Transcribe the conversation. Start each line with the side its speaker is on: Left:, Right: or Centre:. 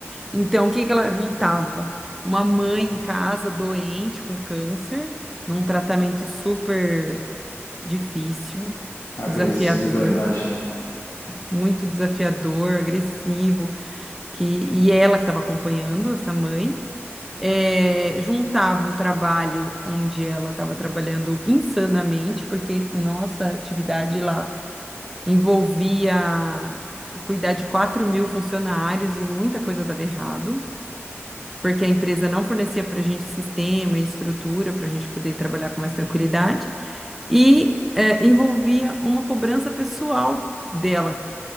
Centre: Então, o que que ela juntava? Uma mãe em casa doente com câncer, num tratamento super difícil,
Left: agressiva,
Centre: desafiador,
Left: eu imagino.
Centre: muito desafiador, agressivo, que e ela que estava acompanhando essa mãe, eh, juntava um trabalho onde ela estava trabalhando insanamente, porque nossa atividade lá envolvia cuidar de quatro mil funcionários e muita coisa dava errado. Porque a empresa não fornecia para a gente sistema e estrutura para a gente poder trabalhar com mais tranquilidade. e é, envolvia uma cobrança pessoal dela,